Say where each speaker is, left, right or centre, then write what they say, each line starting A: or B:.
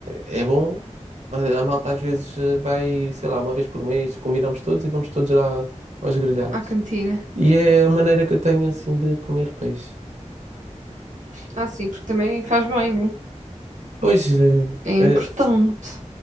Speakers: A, on the right; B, on the right.
A: é é bom, a a malta às vezes eh, vai, sei lá, uma vez por mês, combinamos todos e vamos todos lá aos grelhados.
B: À cantina.
A: E é a maneira que eu tenho assim de comer peixe.
B: Ah, sim, porque também faz bem, né?
A: Pois, eh,
B: É, é importante.
A: eh,